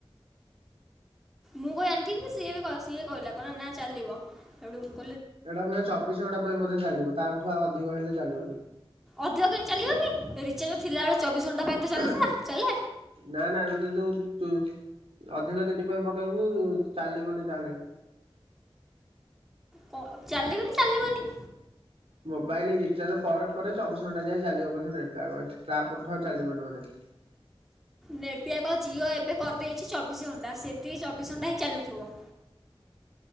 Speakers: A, in the centre; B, on the right.
A: ମୁଁ କହି ଆଣିଥିଲି ସିଏ ବି ସିଏ କହିଲା କହିଲ ନା ଚାଲିବ ଏଠୁ ମୁ
B: ଏଇଟା ବ ଚବିଶ ଘଣ୍ଟା ପାଇଁ ମଧ୍ୟ ଚାଲିବ ତାଠୁ ଆ ଅଧିକ ହେଲେ ଚାଲିବନି।
A: ଅଧିକ କେମ ଚାଲିବ କି ରିଚାର୍ଜ ଥିଲା ବଳେ ଚବିଶ ଘଣ୍ଟା ପାଇଁ ତ ଚାଲିଥିଲା
B: ଉହୁଁ
A: ଚାଲେ
B: ନା ନା ସେଟେ ତ ତୁ ଅଧିକ ଦିନ ପାଇଁ ପକେଇବୁ ଚାଲିବନି ତାହେଲେ
A: କ ଚାଲିବନା ଚାଲିବନି?
B: ମୋବାଇଲ ରିଚାର୍ଜ ପରେ ଚବିଶ ଘଣ୍ଟା ଯାଇଏ ଚାଲିବ ବଧେ ତାପଠ ଆଉ ଚାଲିବନ ବୋଧେ
A: ନେଟଫ୍୍ୟାକ୍ ଜିଓ ଏବେ କରିଦେଇଛି ଚବିଶ ଘଣ୍ଟା ସେତିକି ଚବିଶ ଘଣ୍ଟା ହିଁ ଚାଲୁଥିବ।